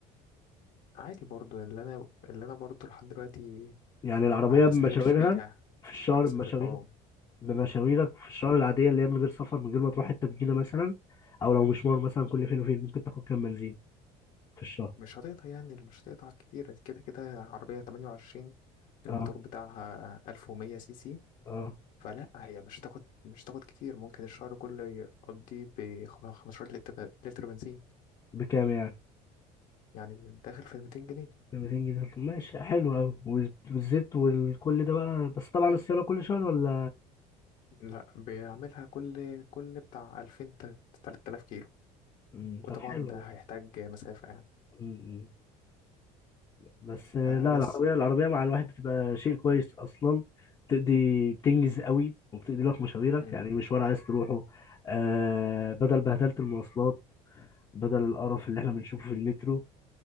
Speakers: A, on the left (about 60°); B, on the left (about 30°).
A: عادي برضو اللي انا اللي انا برضو لحد دلوقتي
B: يعني العربية
A: ما بسافرش
B: بمشاويرها
A: بيها
B: في الشهر
A: ما بسافر
B: بمشاوير
A: اه
B: بمشاويرك في الشهر العادية اللي هي من غير سفر من غير ما تروح حتة جديدة مثلا أو لو مشوار مثلا كل فين وفين ممكن تاخد كام بنزين في الشهر
A: مش هتقطع يعني مش هتقطع كتير كده كده عربية 28 الموتور
B: اه
A: بتاعها 1100 سي سي
B: اه
A: فلا هي مش هتاخد مش هتاخد كتير ممكن الشهر كله يقضيه ب 15 لتر لتر بنزين
B: بكام يعني؟
A: يعني من داخل في 200 جنيه
B: ب 200 جنيه طب ماشي حلو أوي وال- والزيت والكل ده بقى بس طبعا الصيانة كل شهر ولا
A: لا بيعملها كل كل بتاع 2000 تا- 3000 كيلو
B: مم،
A: وطبعا
B: طب حلو
A: ده هيحتاج مسافة يعني
B: مم، بس آه،
A: آه
B: لا
A: بس
B: العربية العربية مع الواحد بتبقى شيء كويس أصلا بتقضي بتنجز قوي وبتقضي لك مشاويرك
A: امم
B: يعني مشوار عايز تروحه آه بدل بهدلة المواصلات بدل القرف اللي احنا بنشوفه في المترو